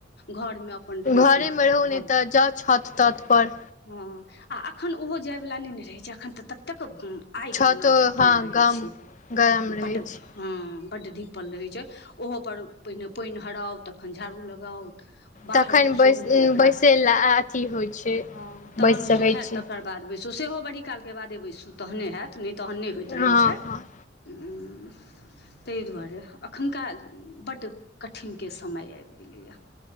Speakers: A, on the left (about 60°); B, on the left (about 40°).
A: घर अपन रहै
B: घरेमे
A: छै
B: रहू
A: ब
B: नहि तऽ जाउ छत तत पर
A: हँ आ एखन ओहो जायवला नै ने रहैत छै एखन तऽ ततेक आगि
B: छतो
A: जेना धिप्पल
B: हँ
A: रहय
B: गम
A: छै
B: गरम रहै
A: बट
B: छै
A: हँ बड्ड धिप्पल रहै छै ओहोपर पहिने पानि हराउ तखन झाड़ू लगाउ बाहरू
B: तखन
A: सोहरू
B: बैस
A: ओकरा
B: बैसै लए अथी होइ छै
A: हँ तहन
B: बैस
A: ओ
B: सकै
A: सुखायत
B: छी
A: तकर बैसु सो सेहो बड़ीक कालके बादे बैसू तहने होयैत नहि तहन नहि होइत रहै
B: हँ
A: छै
B: हँ
A: हुँ तय दुआरे अखुनका बड्ड कठिन के समय आबि गेले या